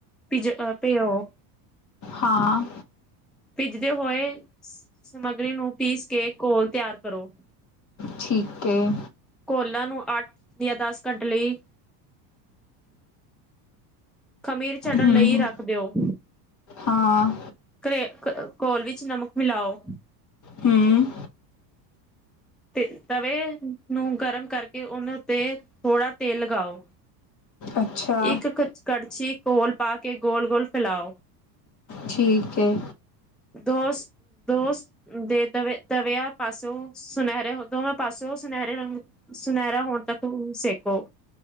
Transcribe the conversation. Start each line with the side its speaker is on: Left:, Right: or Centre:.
Centre: ਤੇ ਜ ਅ ਭਿਉ
Left: ਹਾਂ।
Centre: ਭਿਜਦੇ ਹੋਏ, ਸਮੱਗਰੀ ਨੂੰ ਪੀਸ ਕੇ ਘੋਲ ਤਿਆਰ ਕਰੋ।
Left: ਠੀਕ ਹੈ।
Centre: ਘੋਲਾਂ ਨੂੰ ਅੱਠ, ਜਾਂ ਦਸ ਘੰਟੇ ਲਈ ਖਮੀਰ ਚੜਨ
Left: ਹੂੰ
Centre: ਲਈ
Left: ਹੂੰ
Centre: ਰੱਖ ਦਿਓ।
Left: ਹਾਂ।
Centre: ਘਰੇ, ਘੋਲ ਵਿੱਚ ਨਮਕ ਮਿਲਾਓ।
Left: ਹਮ।
Centre: ਤੇ, ਤਵੇ ਨੂੰ ਗਰਮ ਕਰਕੇ ਉਹਨਾਂ ਉੱਤੇ ਥੋੜ੍ਹਾ ਤੇਲ ਲਗਾਓ।
Left: ਅੱਛਾ
Centre: ਇੱਕ ਕੜਛੀ ਘੋਲ ਪਾ ਕੇ ਗੋਲ -ਗੋਲ ਫੈਲਾਓ।
Left: ਠੀਕ ਹੈ।
Centre: ਦੋਸ। ਡੋਸੇ ਦੇ ਦੋਵਾਂ ਪਾਸਿਓ ਸੁਨਹਿਰੇ ਰੰਗ ਸੁਨਹਿਰਾ ਹੋਣ ਤੱਕ ਸੇਖੋ।